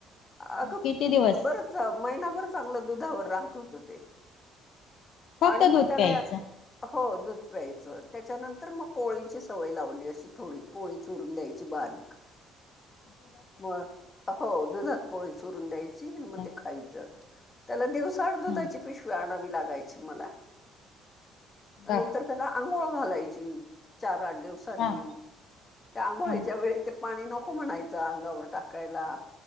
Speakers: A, on the left; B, on the left.
A: अगं
B: किती दिवस
A: बर महिनाभर चांगलं दुधावर राहत होत ते
B: फक्त
A: आणि मग
B: दूध
A: त्याला
B: प्यायचं
A: हो दूध प्यायचं त्याच्यानंतर मग पोळीची सवय लावली अशी थोडी पोळी चुरून द्यायची बारीक
B: ह <inaudible>
A: मग हो दुधात पोळी चुरून द्यायची मग
B: हां
A: ते खायचं. त्याला दिवसा आळ दुधाची
B: हां
A: पिशवी आणावी लागायची मला
B: बापरे
A: नंतर त्याला आंघोळ घालायची चार आठ दिवसांनी
B: हां
A: त्या आंघोळच्या
B: हां
A: वेळी ते पाणी नको म्हणायच अंगावर टाकायला